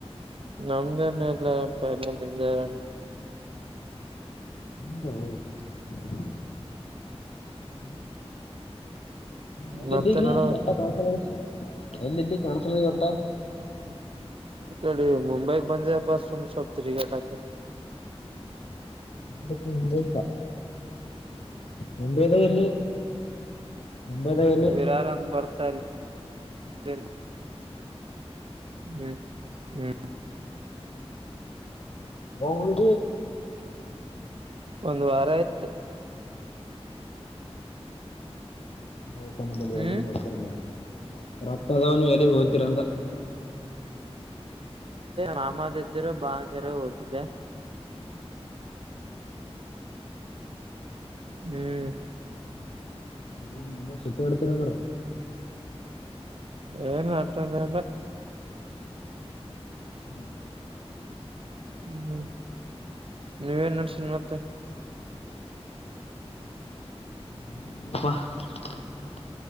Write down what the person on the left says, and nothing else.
ಹಂದುಮ ಹಾ ಎಲ್ಲ
ಇದ್ದೀಗ
ಅಪ್ಪ ಕಾಣಸಲ ಎಲ್ಲಿದ್ದಿ ಕಾಣಸಲ್ ಗಟ್ಟ
ಮುಂಬೈ ಮುಂಬೈದ
ಎಲ್ಲಿ ಮುಂಬೈದಾಗ
ಎಲ್ಲಿ
ಬಂಗಡಿ
ಓಪನ್ಲ್ಲಿ
ಎಳ ಹೋಗಡ್ತಾರೆ ನೀವು ರೊಕ್ಕ ಅದಾವ ನೀ ಎಲ್ಲಿ ಹೋಗತೀರಂತ
ಹ್ಮ್
ಇಲ್ಲ ಮುಂಬಾ ಸುತಿ ಎತರಂಗರ
ಹ್ಮ್
ಹ್ಮಪ್ಪಾ